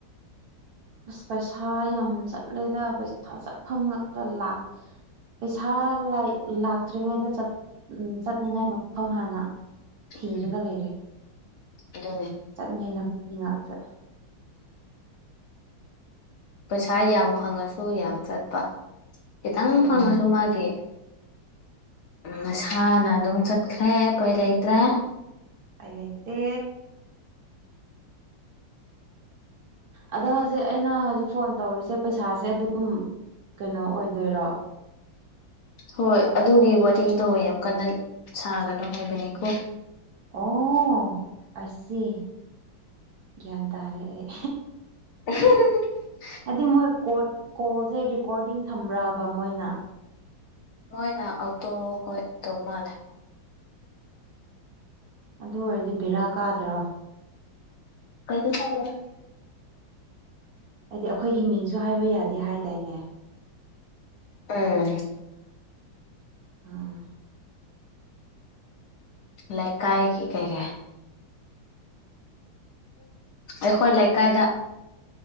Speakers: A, on the right; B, on the left.
A: ꯑꯁ ꯄꯩꯁꯥ ꯌꯥꯝ ꯆꯠꯂꯦꯗ ꯄꯩꯁꯥ ꯆꯠꯐꯝ ꯉꯥꯛꯇ ꯂꯥꯛ ꯄꯩꯁꯥ ꯂꯥꯛ ꯂꯥꯛꯇ꯭ꯔꯤꯉꯩꯗ ꯆꯠꯅꯤꯡꯉꯥꯏ ꯃꯐꯝ ꯍꯥꯟꯅ ꯊꯤꯔꯒ
B: ꯎꯝ
A: ꯂꯩꯔꯦ
B: ꯑꯗꯨꯅꯦ
A: ꯆꯠꯅꯤꯡꯉꯥꯏ ꯂꯝꯕꯤ ꯉꯥꯛꯇ
B: ꯄꯩꯁꯥ ꯌꯥꯝ ꯐꯪꯉꯁꯨ ꯌꯥꯝ ꯆꯠꯄ ꯈꯤꯇꯪ
A: ꯃꯥꯅꯦ
B: ꯐꯪꯉꯁꯨ ꯃꯥꯒꯤ ꯃꯁꯥꯅ ꯑꯗꯨꯝ ꯆꯠꯈ꯭ꯔꯦ ꯎꯄꯥꯢ ꯂꯩꯇ꯭ꯔꯦ
A: ꯎꯄꯥꯏ ꯂꯩꯇꯦ ꯑꯗꯣ ꯍꯧꯖꯤꯛ ꯑꯩꯅ ꯍꯧꯖꯤꯛ ꯐꯣꯟ ꯇꯧꯔꯤꯖꯦ ꯄꯩꯁꯥꯁꯦ ꯑꯗꯨꯝ ꯀꯩꯅꯣ ꯑꯣꯏꯗꯣꯏꯔꯣ
B: ꯍꯣꯏ ꯑꯗꯨꯒꯤ ꯋꯥꯔꯤꯗꯣ ꯌꯥꯝ ꯀꯟꯅ ꯁꯥꯒꯅꯣ ꯍꯥꯏꯕꯅꯤꯀꯣ
A: ꯑꯣ ꯑꯩꯁꯤ ꯒ꯭ꯌꯥꯟ ꯇꯥꯔꯦ ꯑꯩ
B: <unintelligible>
A: ꯍꯥꯏꯗꯤ ꯃꯣꯏ ꯀꯣꯜꯁꯦ ꯔꯦꯀꯣꯔꯗꯤꯡ ꯊꯝꯕ꯭ꯔꯕ ꯃꯣꯏꯅ
B: ꯃꯣꯏꯅ ꯑꯇꯣ ꯍꯣꯏ ꯇꯧ ꯃꯥꯜꯂꯦ
A: ꯑꯗꯨ ꯑꯣꯏꯔꯗꯤ ꯚꯦꯔꯥ ꯀꯥꯗ꯭ꯔꯣ
B: ꯀꯩꯁꯨ ꯀꯥꯔꯣꯏ
A: ꯍꯥꯏꯗꯤ ꯑꯩꯈꯣꯏꯒꯤ ꯃꯤꯡꯁꯨ ꯍꯥꯏꯕ ꯌꯥꯗꯦ ꯍꯥꯏꯗꯥꯏꯅꯦ
B: ꯎꯝ
A: ꯑꯥ
B: ꯂꯩꯀꯥꯏ ꯒꯤ ꯀꯩ ꯀꯩ ꯑꯩꯈꯣꯏ ꯂꯩꯀꯥꯏꯗ